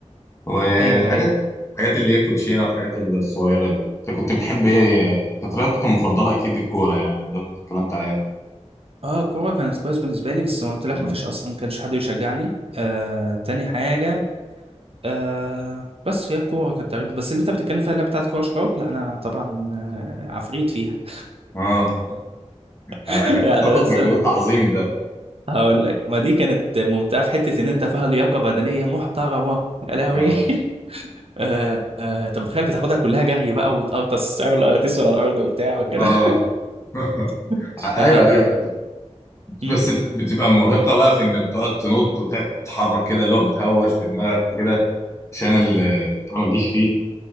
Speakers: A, on the left; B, on the right.
A: وحاجات
B: ايوه ايوه
A: حاجات اللي هي كوتشينة والحاجات الصغيرة دي انت كنت بتحب ايه كانت رياضتك المفضلة اكيد الكورة يعني ده اللي اتكلمت عليها
B: اه الكوره كانت كويس بالنسبه لي بس زي ما قلت لك
A: اه
B: ما فيش اصلا ما كانش حد يشجعني آه تاني حاجه آه بس هي الكورة كانت تقريبا بس اللي انت بتتكلم فيها اللي هي بتاعت كورة شراب لا انا طبعا آه، عفريت فيها
A: اه
B: <laughs>
A: انا كانت
B: يعني
A: بتاخد
B: مثلا
A: مجهود عظيم ده
B: هقول لك ما دي كانت ممتعة في حتة ان انت فيها لياقة بدنية محترمة يا لهوي
A: اه
B: <laughs> آه، آه، انت متخيل بتاخدها كلها جري بقى وتقرطس تعمل قراطيس على الارض وبتاع وكده
A: اه <laughs>
B: <laughs>
A: ع-
B: ف
A: ايوه ايوه
B: مم.
A: بس بت- بتبقى مرهقه بقى في انك بتقعد تنط وتقعد تتحرك كده اللي هو بتهوش بدماغك كده عشان ال- البتاع ما تجيش فيك